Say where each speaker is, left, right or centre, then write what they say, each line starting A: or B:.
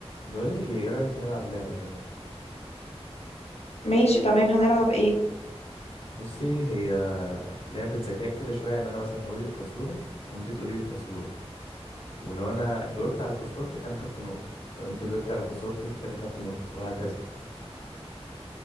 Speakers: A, on the left; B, on the left.
A: بقولك ايه إيه رأيك نلعب لعبة كده
B: ماشي تمام هنلعب ايه
A: بصي هي لعبة ذكاء كده شوية يعني انا مثلا هقولك فزورة وانت تقولي لي فزورة ولو انا جاوبت على فزورتك انا خدت نقطة لو انت جاوبت على فزورتي انت كده خدت نقطة وهكذا